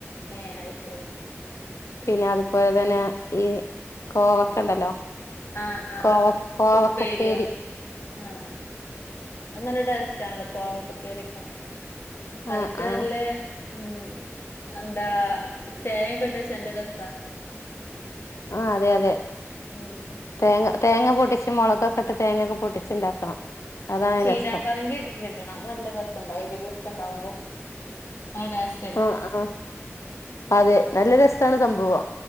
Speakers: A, on the left; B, on the left.
A: ഏഹ് അത് ശരി
B: പിന്നെ അതുപോലെ തന്നെ ഈ കോവക്ക ഇണ്ടല്ലോ
A: ആഹ് ആഹ്
B: കോവ കോവക്കുപ്പേരി
A: ഉപ്പേരിയോ ആഹ് അത് നല്ല ടെസ്റ്റാണല്ലോ കോവക്കപ്പേരിയൊക്കെ അതിക്ക്
B: ആഹ് ആഹ്
A: നല്ല ഉം എന്താ തേങ്ങക്കെട്ട് വെച്ച നല്ല രസ
B: ആഹ് അതെ അതെ
A: ഉം
B: തേങ്ങ തേങ്ങ പൊട്ടിച്ച് മുളകൊക്കെട്ട് തേങ്ങൊക്കെ പൊട്ടിച്ച്ഇണ്ടാക്കണം അതാണ്
A: ആഹ് ചീരാപ്പറങ്കി
B: രസം
A: <unintelligible> അത് നല്ല രസണ്ട എരിവക്കെ ഇണ്ടാവുമ്പോ അത് ടേസ്
B: ആഹ് ആഹ് അതെ നല്ല രസാണ് സംഭവം